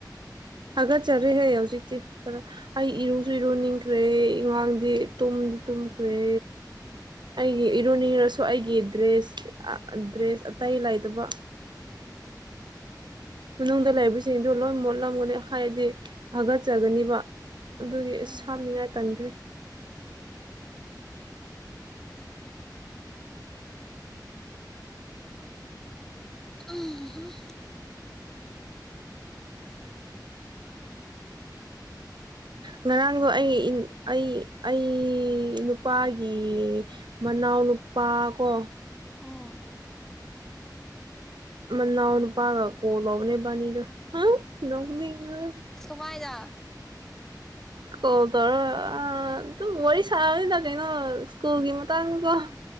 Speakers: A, on the right; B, in the centre.
A: ꯍꯥꯒꯠꯆꯔꯤꯍꯦ ꯍꯧꯖꯤꯛꯇꯤ ꯈꯔ ꯑꯩ ꯏꯔꯨꯁꯨ ꯏꯔꯨꯅꯤꯡꯈ꯭ꯔꯦ ꯏꯉꯥꯡꯗꯤ ꯇꯨꯝꯗꯤ ꯇꯨꯝꯈ꯭ꯔꯦ ꯑꯩꯒꯤ ꯏꯔꯨꯅꯤꯡꯔꯁꯨ ꯑꯩꯒꯤ ꯗ꯭ꯌꯦ ꯑ ꯗ꯭ꯔꯦꯁ ꯑꯇꯩ ꯂꯩꯥꯏꯇꯕ ꯃꯅꯨꯡꯗ
B: ꯎꯝ
A: ꯂꯩꯕ ꯁꯤꯡꯗꯨ ꯂꯣꯏ ꯃꯣꯠ ꯂꯝꯒꯅꯤ ꯍꯥꯏꯗꯤ ꯍꯥꯒꯠꯆꯒꯅꯤꯕ ꯑꯗꯨꯒꯤ ꯑꯁ
B: ꯎꯝ
A: ꯍꯥꯝꯅꯤꯡꯉꯥꯏ ꯇꯟꯈ꯭ꯔꯦ꯫ ꯑ
B: ꯎꯝꯍꯨꯝ
A: ꯉꯔꯥꯡꯗꯣ ꯑꯩ ꯑꯩ ꯑꯩ ꯅꯨꯄꯥꯒꯤ ꯃꯅꯥꯎ ꯅꯨꯄꯥ ꯀꯣ
B: ꯎꯝ
A: ꯃꯅꯥꯎꯅꯨꯄꯥꯒ ꯀꯣꯜ ꯂꯧꯕꯅꯦ ꯏꯕꯥꯅꯤꯗꯨ꯫ ꯍꯥ ꯅꯣꯛꯅꯤꯡꯉꯦ
B: ꯀꯃꯥꯏꯅ
A: ꯀꯣꯜ ꯇꯧꯔꯒ ꯑꯥ ꯑꯗꯨꯝ ꯋꯥꯔꯤ ꯁꯥꯕꯅꯤꯗ ꯀꯩꯅꯣ ꯁ꯭ꯀꯨꯜꯒꯤ ꯃꯇꯥꯡꯀꯣ